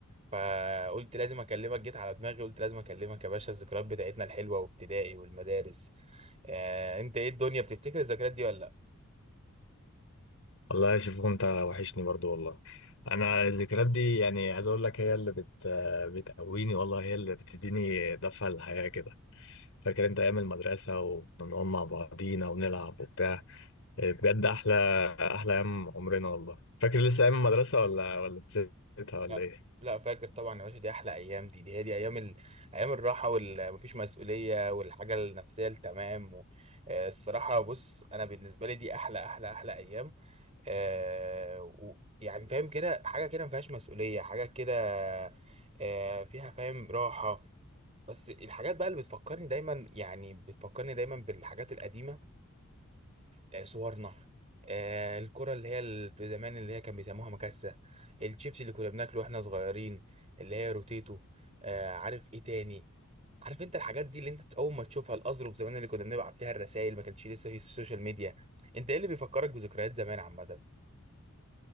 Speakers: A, on the right (about 30°); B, on the left (about 65°).
A: فقلت لازم اكلمك جيت على دماغي قلت لازم اكلمك يا باشا الذكريات بتاعتنا الحلوه وابتدائي والمدارس آه، انت ايه الدنيا بتفتكر الذكريات دي ولا
B: والله شوف انت وحشني برضو والله انا الذكريات دي يعني عايز اقول لك هي اللي بت بتقويني والله هي اللي بتديني دفعه للحياه كده فاكر انت ايام المدرسه وكنا بنقعد مع بعضينا ونلعب وبتاع إيه، بجد احلى احلى ايام عمرنا والله فاكر لسه ايام المدرسه ولا ولا نسيتها ولا
A: لا
B: ايه
A: لا فاكر طبعا يا باشا دي احلى ايام دي دي هي دي ايام ال... ايام الراحه والمفيش مسؤوليه والحاجه النفسيه التمام و... آه، الصراحه بص انا بالنسبه لي دي احلى احلى احلى ايام آه و... يعني فاهم كده حاجه كده مفيهاش مسؤوليه حاجه كده آه فيها فاهم راحه بس الحاجات بقى اللي بتفكرني دايما يعني بتفكرني دايما بالحاجات القديمه آه، صورنا آه، الكرة اللي هي ال- زمان اللي هي كان بيسموها مكاسة الشيبس اللي كنا بناكله واحنا صغيرين اللي هي روتيتو آه، عارف ايه تاني عارف انت الحاجات دي اللي انت اول ما تشوفها الاظرف زمان اللي كنا بنبعت فيها الرسائل ما كانش لسه في السوشيال ميديا انت ايه اللي بيفكرك بذكريات زمان عامة